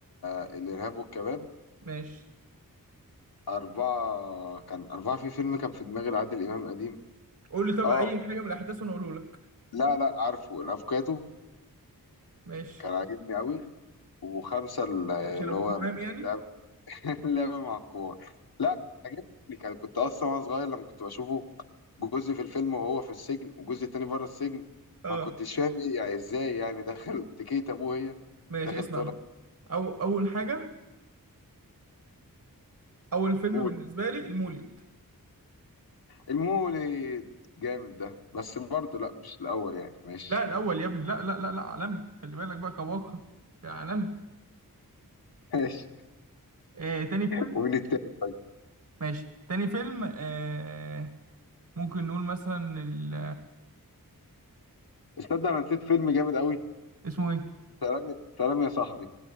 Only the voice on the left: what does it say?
الإرهاب والكباب
أربعة كان أربعة في فيلم كان في دماغي لعادل إمام قديم
أه
لا لا عارفه الأفوكاتو
كان عاجبني أوي وخمسة ال- اللي
هو
اللعب <laughs> اللعب مع الكبار لا عجبني كان كنت أصلا وأنا صغير لما كنت بشوفه جزء في الفيلم وهو في السجن وجزء تاني بره السجن
ما كنتش فاهم إيه يعني إزاي يعني داخل تكيت أبوه هي
داخل
طالع
قول
المولد جامد ده بس برضه لا مش الأول يعني ماشي
<laughs> ماشي
ومين التاني طيب
استنى انا نسيت فيلم جامد قوي
سلام يا- سلام يا صاحبي